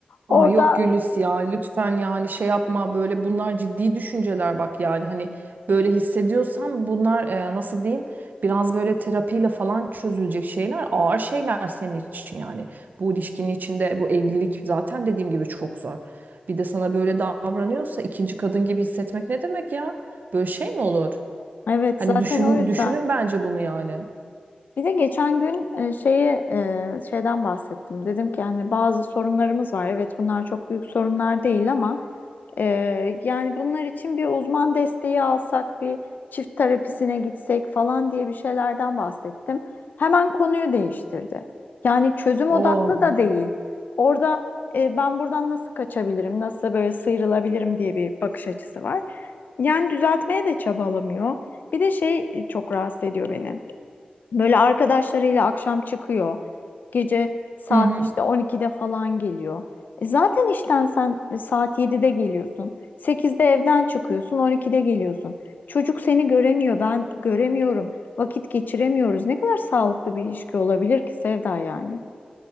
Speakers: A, on the right (about 75°); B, on the left (about 80°).
A: Aa
B: Orada
A: yok Gülis ya lütfen yani şey yapma böyle bunlar ciddi düşünceler bak yani hani böyle hissediyorsan bunlar e, nasıl diyeyim biraz böyle terapiyle falan çözülecek şeyler ağır şeyler senin için yani. Bu ilişkinin içinde bu evlilik zaten dediğim gibi çok zor. Bir de sana böyle davranıyorsa ikinci kadın gibi hissetmek ne demek ya? Böyle şey mi olur?
B: evet
A: Hani
B: zaten
A: düşün,
B: o yüzden.
A: düşünün bence bunu yani.
B: Bir de geçen gün e, şeyi e, şeyden bahsettim. Dedim ki hani bazı sorunlarımız var. Evet bunlar çok büyük sorunlar değil ama e, yani bunlar için bir uzman desteği alsak, bir çift terapisine gitsek falan diye bir şeylerden bahsettim. Hemen konuyu değiştirdi. Yani çözüm odaklı
A: Oo.
B: da değil. Orada e, ben buradan nasıl kaçabilirim, nasıl böyle sıyrılabilirim diye bir bakış açısı var. Yani düzeltmeye de çabalamıyor. Bir de şey e, çok rahatsız ediyor beni. Böyle arkadaşlarıyla akşam çıkıyor. Gece saat
A: Hı hı.
B: işte 12'de falan geliyor. E zaten işten sen e, saat 7'de geliyorsun. 8'de evden çıkıyorsun, 12'de geliyorsun. Çocuk seni göremiyor, ben göremiyorum. Vakit geçiremiyoruz. Ne kadar sağlıklı bir ilişki olabilir ki Sevda yani?